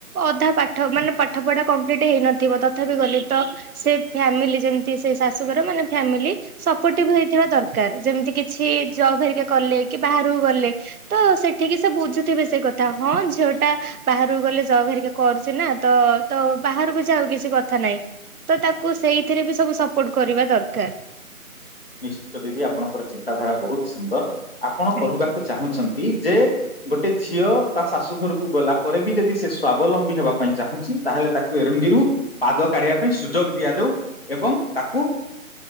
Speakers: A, on the right; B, on the left.
A: ଅଧା ପାଠ ମାନେ ପାଠ ପଢା କମ୍ପ୍ଲିଟ ହେଇନଥିବ ତଥାପି ଗଲି ତ ସେ ଫ୍ୟାମିଲି ଯେମତି ସେ ଶାଶୁଘର ମାନେ ଫ୍ୟାମିଲି ସପୋଟେବଲ ହେଇଥିବା ଦରକାର ଯେମିତି କିଛି ଜବ୍ ହେରିକା କଲେ କି ସବୁ ଗଲେ ତ ସେଠିକି ସେ ବୁଝୁଥିବେ ସେ କଥା ହଁ ଝିଅଟା ବାହାରକୁ ଗଲେ ଜବ ହେରିକା କରୁଚି ନା ତ ତ ବାହାରକୁ ଯାଉ କିଛି କଥା ନାହିଁ ତ ତାକୁ ସେଇଥିରେ ବି ସବୁ ସପୋର୍ଟ କରିବା ଦରକାର।
B: ନିଶ୍ଚିତ ଦିଦି ଆପଣଙ୍କର ଚିନ୍ତାଧାରା ବହୁତ ସୁନ୍ଦର। ଆପଣ କହିବାକୁ
A: ଆଜ୍ଞା।
B: ଚାହୁଁଚ ଇ ଯେ ଗୋଟେ ଝିଅ ତା ଶାଶୁ ଘରକୁ ଗଲା ପରେ ବି ଯଦି ସେ ସ୍ଵାବଲମ୍ବୀ ହେବା ପାଇଁ ଚାହୁଁଛି ତାହେଲେ ତାକୁ ଏରୁଣ୍ଡିରୁ ପାଦ କାଢିବା ପାଇଁ ସୁଯୋଗ ଦିଆଯାଉ ଏବଂ ତାକୁ